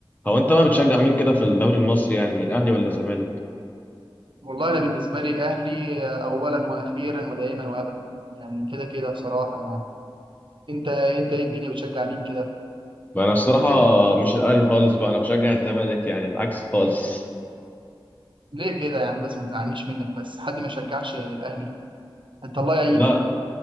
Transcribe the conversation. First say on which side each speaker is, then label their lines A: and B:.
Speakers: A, on the left; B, on the right.
A: هو انت بقى بتشجع مين كده في الدوري المصري يعني اهلي ولا زمالك
B: والله انا بالنسبه لي الاهلي اولا واخيرا ودائما وابدا يعني كده كده بصراحه يعني انت انت ايه الدنيا بتشجع مين كده
A: بقى انا الصراحه مش الاهلي خالص بقى انا بشجع الزمالك يعني العكس خالص
B: ليه كده يا عم بس ما تزعلنيش منك بس حد ما يشجعش الاهلي انت الله يعينك
A: لا